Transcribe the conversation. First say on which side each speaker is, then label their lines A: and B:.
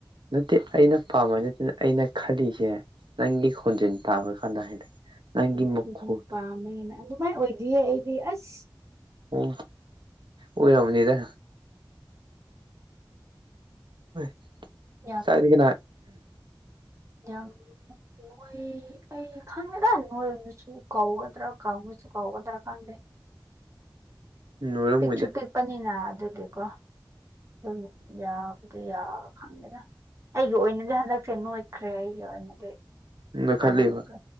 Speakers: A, on the right (about 70°); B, on the right (about 35°).
A: ꯅꯠꯇꯦ ꯑꯩꯅ ꯄꯥꯝꯕ ꯅꯠꯇꯅ ꯑꯩꯅ ꯈꯜꯂꯤꯁꯦ ꯅꯪꯒꯤ ꯈꯣꯟꯖꯦꯟ ꯇꯥꯕ ꯀꯥꯟꯗ ꯍꯥꯏꯗꯤ ꯅꯪꯒꯤ
B: ꯑꯃ ꯑꯗꯨꯗꯨ
A: ꯃꯈꯣꯜ
B: ꯄꯥꯝꯃꯦꯅ ꯑꯗꯨꯃꯥꯏꯟ ꯑꯣꯏꯗꯤꯌꯦ ꯑꯩꯗꯤ ꯑꯁ
A: ꯑꯣ ꯑꯣꯏꯔꯝꯒꯅꯤꯗ ꯍꯣꯏ
B: ꯌꯥꯝ
A: ꯆꯥꯛꯇꯤ ꯀꯅꯥ
B: ꯌꯥꯝ ꯅꯣꯏ ꯑꯩ ꯈꯪꯗꯦꯗ ꯅꯣꯏꯕꯁꯨ ꯀꯧꯒꯗ꯭ꯔꯥ ꯀꯪꯕꯁꯨ ꯀꯧꯒꯗ꯭ꯔꯥ ꯈꯪꯗꯦ
A: ꯂꯣꯏꯔꯝꯃꯣꯏꯗ
B: ꯄꯤꯛꯁꯨ ꯄꯤꯛꯄꯅꯤꯅ ꯑꯗꯨꯒꯤꯀꯣ ꯑꯗꯨꯝ ꯌꯥꯕꯗꯤ ꯌꯥ ꯈꯪꯗꯦꯗ ꯑꯩꯒꯤ ꯑꯣꯏꯅꯗꯤ ꯍꯟꯗꯛꯁꯦ ꯅꯣꯏꯈ꯭ꯔꯦ ꯑꯩꯒꯤ ꯑꯣꯏꯅꯗꯤ
A: ꯅꯣꯏꯈꯠꯂꯤꯕ
B: ꯍꯥꯟꯅꯗꯨꯒ